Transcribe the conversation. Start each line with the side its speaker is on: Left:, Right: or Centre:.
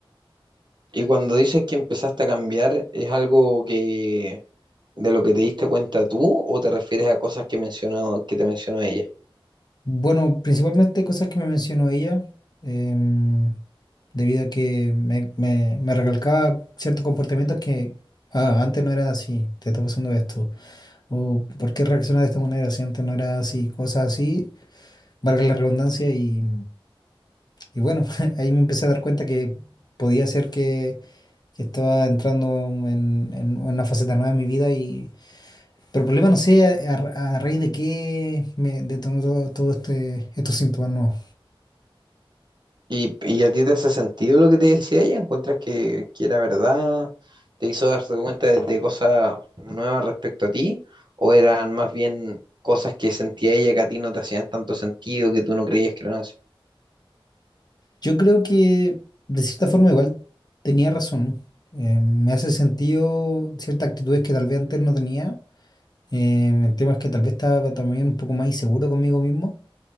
Right: Y cuando dices que empezaste a cambiar, ¿es algo que de lo que te diste cuenta tú o te refieres a cosas que mencionó, que te mencionó ella?
Left: Bueno, principalmente cosas que me mencionó ella, em, debido a que me, me, me recalcaba ciertos comportamientos que ah, antes no era así, te está pasando esto, o por qué reaccionas de esta manera si antes no era así, cosas así valga la redundancia, y, y bueno, <laughs> ahí me empecé a dar cuenta que podía ser que, que estaba entrando en, en una faceta nueva de mi vida, y, pero el problema no sé a, a- a raíz de qué me detonó todo, todo este, estos síntomas nuevos.
Right: ¿Y, y a ti te hace sentido lo que te decía ella? ¿Encuentras que, que era verdad? ¿Te hizo darte cuenta de, de cosas nuevas respecto a ti? ¿O eran más bien cosas que sentía ella que a ti no te hacían tanto sentido, que tú no creías que eran así?
Left: Yo creo que de cierta forma igual tenía razón. Eh, me hace sentido ciertas actitudes que tal vez antes no tenía. Eh, el tema es que tal vez estaba también un poco más inseguro conmigo mismo.